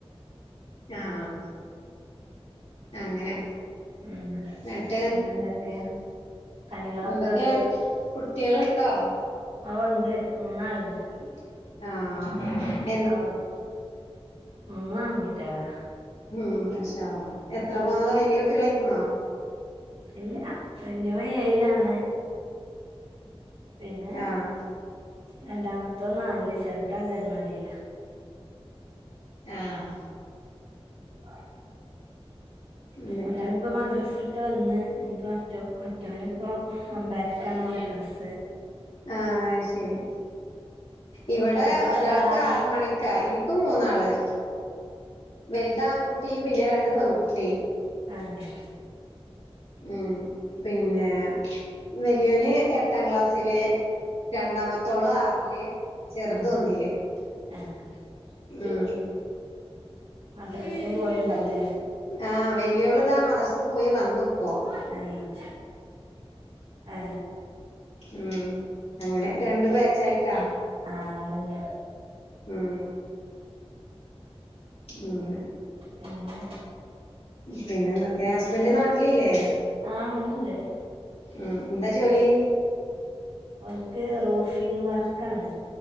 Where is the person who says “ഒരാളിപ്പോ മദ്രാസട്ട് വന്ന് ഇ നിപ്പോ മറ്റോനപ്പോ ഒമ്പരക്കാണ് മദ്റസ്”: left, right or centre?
Right